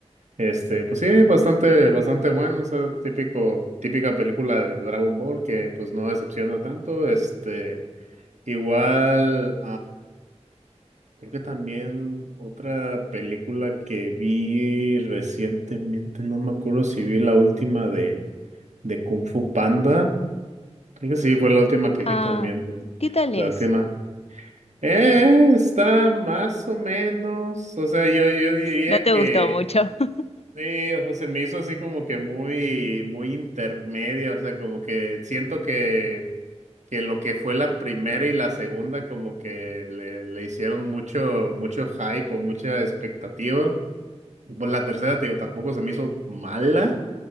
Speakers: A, on the right (about 85°); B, on the left (about 60°).
A: Este, pues sí, bastante, bastante bueno, o sea, típico, típica película de Dragon Ball que pues no decepciona tanto, este, igual, Creo que también otra película que vi recientemente, no me acuerdo si vi la última de, de Kung Fu Panda. Creo que sí, fue la última que
B: Ah,
A: vi también. güey.
B: ¿qué tal
A: La
B: es?
A: última. Eh, está más o menos. O sea, yo, yo diría
B: No te
A: que
B: gustó mucho. <laughs>
A: sí, o sea, se me hizo así como que muy, muy intermedia. O sea, como que siento que, que lo que fue la primera y la segunda, como que le, le hicieron mucho, mucho hype o mucha expectativa. Pues la tercera, te digo, tampoco se me hizo mala,